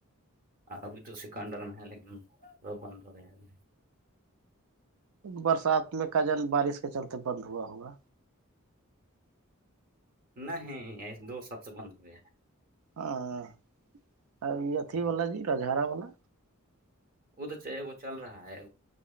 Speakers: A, on the right; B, on the right.
A: ابھی تو سکنڈر میں ہے لیکن وہ بند ہو گیا ہے ابھی
B: برسات میں کجن بارش کے چلتے بند ہوا ہوگا
A: نہیں ایسے دو سب سے بند ہو گیا ہے
B: ہاں یہ
A: ہے
B: اتھی واللا جی رجارا والا
A: وہ تو چاہے وہ چل رہا ہے